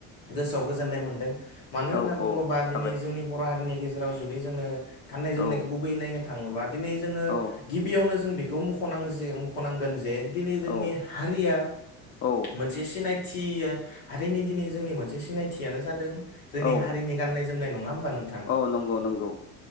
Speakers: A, on the left (about 90°); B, on the left (about 30°).
A: गोसोआव गोजोननाय मोन्दों मानो होनना
B: औ
A: बुङोब्ला
B: औ
A: दिनै
B: साबायखर
A: जोंनि बर' हारिनि गेजेराव जुदि जोङो गाननाय जोमनायखौ
B: औ
A: गुबै नायनो थाङोबा दिनै जोङो
B: औ
A: गिबियावनो जों बेखौ मखनांज मखनांगोन जे दिनै जोंनि
B: औ
A: हारिया
B: औ
A: मोनसे सिनायथिया हारिनि दिनै जोंनि मोनसे सिनायथियानो जादों जोंनि
B: औ
A: हारिनि गाननाय जोमनाय नङा होमबा नों
B: औ नंगौ नंगौ।